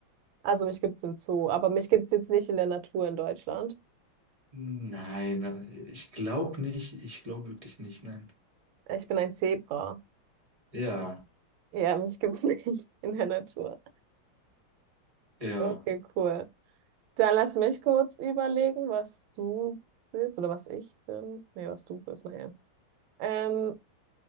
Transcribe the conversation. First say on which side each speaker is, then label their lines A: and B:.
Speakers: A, on the right; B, on the right.
A: Also mich gibt's im Zoo, aber mich gibt's jetzt nicht in der Natur in Deutschland.
B: Nein, also ich glaube nicht. Ich glaube wirklich nicht. Nein.
A: Ich bin ein Zebra.
B: Ja,
A: Ja, mich gibt's <laughs> nicht in der Natur.
B: ja.
A: Okay, cool. Dann lass mich kurz überlegen, was du bist oder was ich bin. Nee, was du bist, naja. Ähm,